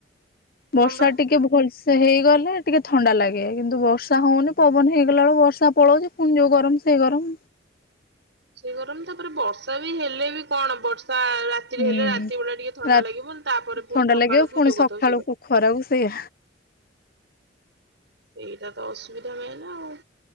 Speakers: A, on the left; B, on the right.
A: ବର୍ଷା
B: ହଁ ବା
A: ଟିକେ ଭଲସ୍ ସେ ହେଇଗଲେ ଟିକେ ଥଣ୍ଡା ଲାଗେ, କିନ୍ତୁ ବର୍ଷା ହଉନି ପବନ୍ ହେଇଗଲା ବେଳକୁ ବର୍ଷା ପଳାଉଚି। ଫୁଣି ଯୋଉ ଗରମକୁ ସେଇ ଗରମ୍।
B: ସେଇ ଗରମ୍ ତାପରେ ବର୍ଷା ବି ହେଲେ ବି କଣ ବର୍ଷା ରା ତିରେ
A: ହୁଁ।
B: ହେଲେ ରାତିବେଳା ଟିକେ ଥଣ୍ଡା
A: ରାତି
B: ଲାଗିବ, ତାପରେ ପୁଣି
A: ଥଣ୍ଡା
B: ସକାଳକୁୁ
A: ଲାଗିବ ପୁଣି
B: ଯୋଉ
A: ସକାଳୁକୁ
B: କଥାକୁ ସେଇକଥା।
A: ଖରାକୁ ସେଇଆ
B: ସେଇଟା ତ ଅସୁବିଧା ମେନ୍ ଆଉ।